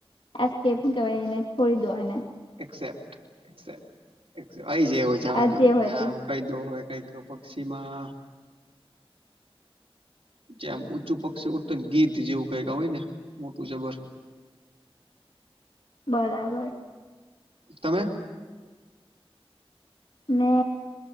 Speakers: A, on the left; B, on the right.
A: એકેપ કેહેવાય એને છોડી દો એ અનેને.
B: એકસ્પેક્ટ એકસ્પેક્ટ આય જવાનો જવા
A: આ
B: દોને
A: જે હોય
B: ભાઈ
A: તે
B: કઈદો હો કઈક પક્ષીમાં. ત્યાં ઊંચું પક્ષી ઓત ને ગીધ જેવું કઈક હોય ને મોટું જબર
A: બરાબર
B: તમે
A: મે